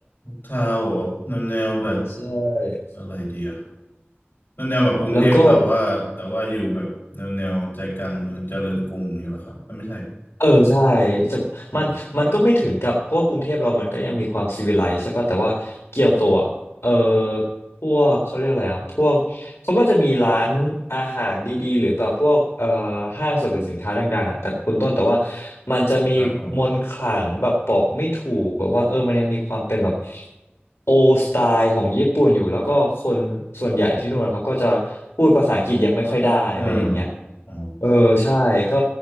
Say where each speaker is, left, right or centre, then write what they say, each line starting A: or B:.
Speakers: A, on the left; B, on the left.
A: เท่าเหรอแนวแนวแบบ
B: ใช่
A: อะไรดีอะแนวแนวแบบกรุงเทพเปล่าว่าแต่ว่าอยู่แบบแนวแนวใจกลางเมืองเจริญกรุงนี่แหรอครับเอ้ยไม่ใช่
B: <laughs> แล้วก็ เออใช่จะมันมันก็ไม่ถึงกับเพราะว่ากรุงเทพเรามันก็ยังมีความซีวิไลซ์ใช่ป่ะแต่ว่าเกียวโตอะเออ
A: อืม
B: พวกเขาเรียกอะไรอ่ะพวกเขาก็จะมีร้านอาหารดีๆหรือแบบพวกเอ่อห้างสรรพสินค้าดังๆอ่ะแต่คุณต้นแต่ว่ามันจะมีมนต์ขลังแบบบอกไม่ถูกแบบว่าเออมันยังมีความเป็นแบบ
A: ครับผม
B: โอสไตล์ของญี่ปุ่นอยู่แล้วก็คนส่วนใหญ่ที่นู่นนะครับก็จะพูดภาษาอังกฤษยังไม่ค่อยได้อะไรอย่างเงี้ย
A: อืมอ๋อ
B: เออใช่ก็